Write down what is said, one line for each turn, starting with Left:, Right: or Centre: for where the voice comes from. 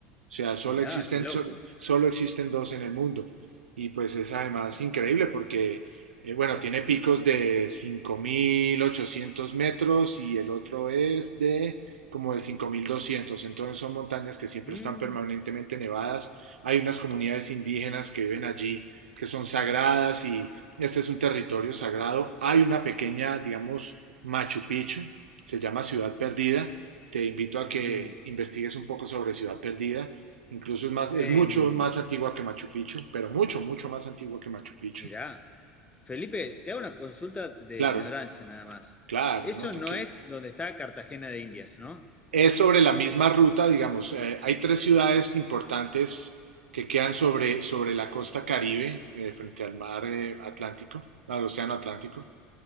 Right: O sea, solo
Left: Mirá,
Right: existen,
Left: qué loco.
Right: solo existen dos en el mundo. Y pues es además
Left: Mm,
Right: increíble porque, eh, bueno, tiene picos de 5.800 metros y el otro es de como de cinco mil doscientos Entonces son montañas que siempre
Left: mm,
Right: están permanentemente nevadas. Hay unas comunidades indígenas que viven allí que son sagradas y este es un territorio sagrado. Hay una pequeña, digamos, Machu Picchu, se llama Ciudad Perdida. Te invito a que
Left: mm.
Right: investigues un poco sobre Ciudad Perdida. Incluso es, más,
Left: Em,
Right: es mucho más antigua que Machu Picchu, pero mucho, mucho más antigua que Machu Picchu.
Left: mirá. Felipe, te hago una consulta de
Right: Claro,
Left: ignorancia nada más.
Right: claro,
Left: Eso
Right: no, tranquilo.
Left: no es donde está Cartagena de Indias, ¿no?
Right: Es sobre la misma ruta, digamos. eh, hay tres ciudades importantes que quedan sobre, sobre la costa Caribe, eh, frente al mar eh, Atlántico, al océano Atlántico.